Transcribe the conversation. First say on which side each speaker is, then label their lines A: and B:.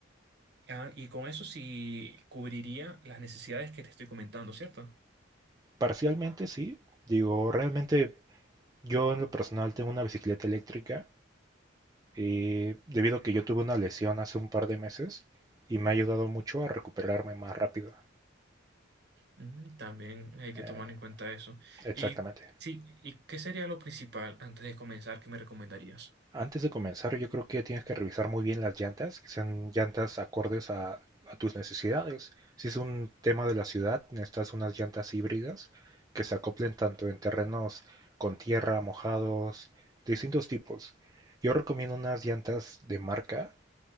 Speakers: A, on the right; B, on the right.
A: Ah, y con eso sí cubriría las necesidades que te estoy comentando, ¿cierto?
B: Parcialmente sí, digo, realmente yo en lo personal tengo una bicicleta eléctrica eh, debido a que yo tuve una lesión hace un par de meses y me ha ayudado mucho a recuperarme más rápido.
A: Ujú, También hay
B: Eh,
A: que tomar en cuenta eso.
B: exactamente.
A: Y sí, ¿y qué sería lo principal antes de comenzar que me recomendarías?
B: Antes de comenzar, yo creo que tienes que revisar muy bien las llantas, que sean llantas acordes a, a tus necesidades. Si es un tema de la ciudad, necesitas unas llantas híbridas que se acoplen tanto en terrenos con tierra, mojados, distintos tipos. Yo recomiendo unas llantas de marca,